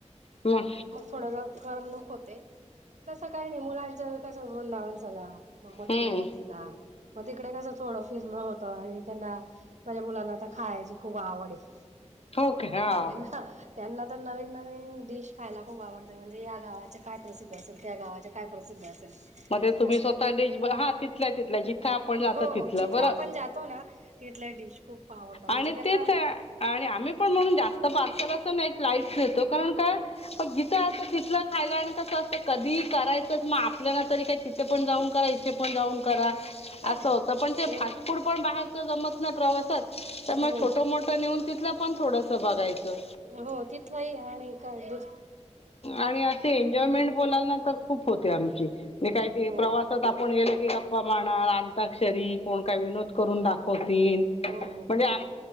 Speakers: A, on the left (about 55°); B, on the right (about 75°).
A: मग
B: थोडंसं करमणूक होते तसं काही नाही मुलांच कसं वृधावनचाला. मग मथुरेला
A: हम्म
B: चला मग तिकडे कसं थोडं फिरणं होतं आणि त्यांना माझ्या मुलांना तर खायची खूप आवड आहे
A: ओके हा
B: त्यांना त्यांना आता नवीन नवीन डिश खायला खूप आवडते, म्हणजे या गावाचे काय प्रसिद्ध असेल त्या गावाचे काय प्रसिद्ध असेल.
A: मग तुम्ही
B: असे
A: स्वतः <unintelligible> हा तिथल्या तिथल्या जिथ आपण जात
B: हो
A: तिथलं
B: हो जिथं
A: बर
B: आपण जातो ना तिथल्या डिश खूप आवडतात म्हणजे
A: आणि
B: त्यांना
A: तेच आणि आम्ही पण म्हणून जास्त पार्सल असं नाहीत लाईट्स नेतो कारण काय मग जिथं असं तिथलं खायला आणि कसं असतं कधी करायचंच मग आप आप तरी काही तिथे पण जाऊन करा इथे पण जाऊन करा
B: नाही
A: अस
B: नाही
A: होत
B: नाही
A: पण ते फास्
B: नाही
A: फूड पण बाहेरच जमत नाही प्रवासात त्यामुळे
B: हम्म
A: छोटं मोठं नेऊन तिथला पण थोडस बघायचं.
B: हो तिथलंही आणि काय दुस
A: आणि असे एन्जॉयमेंट बोलाल ना तर खूप होते आमची काही
B: हो
A: प्रवास आपण गेल की गप्पा मारा अंताक्षरी कोण काय विनोद करून दाखवतील.
B: हो हो
A: म्हणजे आ